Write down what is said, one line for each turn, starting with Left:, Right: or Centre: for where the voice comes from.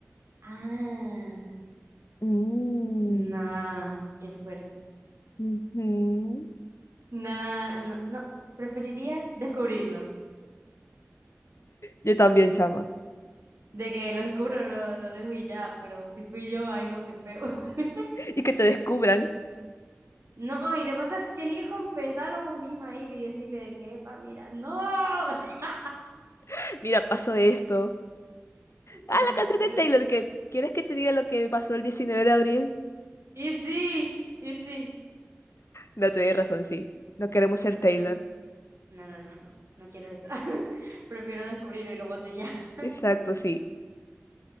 Right: Ah,
Left: Mm,
Right: nah, qué fuerte.
Left: ujú.
Right: Nah, no, no, preferiría descubrirlo.
Left: Yo también, chama.
Right: De que lo descubro, lo, lo dejo y ya, pero si fui yo, ay no, qué feo. <laughs>
Left: Y que te descubran.
Right: No, y de paso tiene que confesarlo vos misma, ir y decirle de que, epa, mira, no, <laughs>
Left: <laughs> Mira, pasó esto. Ah,
Right: no.
Left: la canción de
Right: De-
Left: Taylor, que ¿quieres que te diga lo que pasó el 19 de abril?
Right: Y sí, y sí.
Left: No tenéis razón, sí. No queremos ser Taylor.
Right: No, no, no, no, no, no quiero eso. <laughs> Prefiero descubrirlo y lo boto ya. <laughs>
Left: Exacto, sí.